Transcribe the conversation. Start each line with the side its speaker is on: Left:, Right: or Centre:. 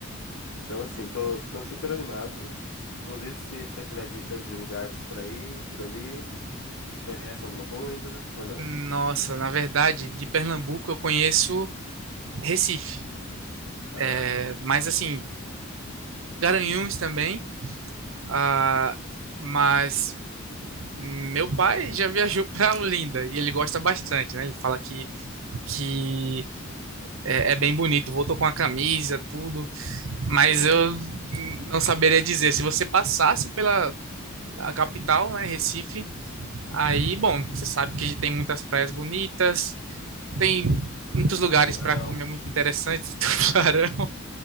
Left: Então, assim, tô, tô super animado. Inclusive, se você tiver dicas de lugares pra ir por ali, você conhece alguma coisa ou não?
Right: Nossa, na verdade, de Pernambuco eu conheço Recife.
Left: Aham,
Right: É, mas assim, Garanhuns também. Ah, mas Meu pai já viajou para Olinda e ele gosta bastante, né? Ele fala que, que é, é bem bonito, voltou com a camisa, tudo, mas
Left: sim,
Right: eu não saberia dizer. Se você passasse pela a capital, né, Recife, aí, bom,
Left: sim,
Right: você sabe que tem muitas praias bonitas, tem
Left: sim.
Right: muitos lugares
Left: Tubarão.
Right: para comer muito interessantes, <laughs> tubarão.